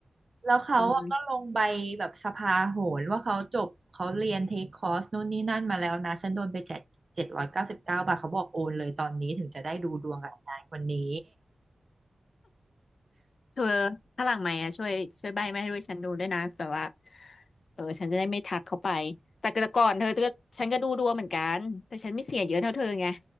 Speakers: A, on the right (about 40°); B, on the left (about 75°).
A: แล้วเขาอะก็ลงใบแบบสภาโหรว่าเขาจบเขาเรียนเทคคอร์สนู่นนี่นั่นมาแล้วนะฉันโดนไปเจ็ดเจ็ดร้อยเก้าสิบเก้าบาทเขาบอกโอนเลยตอนนี้ถึงจะได้ดูดวงกับอาจารย์คนนี้
B: อืม เธอถ้าหลังไหมค์อ่ะช่วยช่วยใบ้ไม่ให้ด้วยฉันดูด้วยนะแบบว่าเออฉันจะได้ไม่ทักเขาไปแต่กก่อนเธอจะก็ฉันก็ดูดวงเหมือนกันแต่ฉันไม่เสียเยอะเท่าเธอไง